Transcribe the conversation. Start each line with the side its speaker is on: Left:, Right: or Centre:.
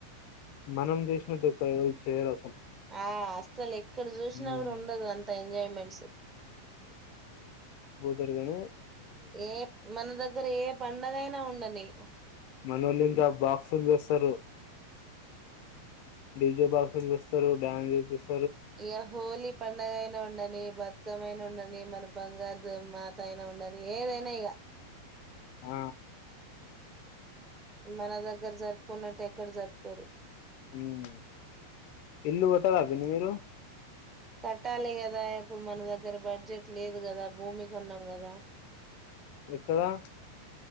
Left: మనం చేసినంత ఉపా ఎవరు చెయ్యరు
Right: ఆ అస్సలు ఎక్కడ చూసినా
Left: ఉమ్
Right: కూడా ఉండదు అంత ఎంజాయ్మెంట్స్
Left: సరే నేను
Right: ఏ మన దగ్గర ఏ పండగైనా ఉండని <inaudible>
Left: మనోళ ఇంకా బాక్సులు తెస్తరు డీజే బాక్స్లూ తెస్తరు డ్యాన్ చూపిస్
Right: ఇగ హోలీ పండగ అయినా ఉండని బతుకమ అయినా ఉండని మ బంగారు ద మాత అయినా ఉండాలి ఏదైనా ఇగ
Left: ఆ
Right: మన దగ్గర జరుపుకున్నట్టు ఎక్కడ జరుపుకోరు
Left: హమ్ ఇల్లు కొట్టదా మరి మీరు
Right: కట్టాలి కదా ఇప్పుడు మన దగ్గర బడ్జెట్ లేదు గదా భూమి కొన్నాం కదా
Left: ఎక్కడా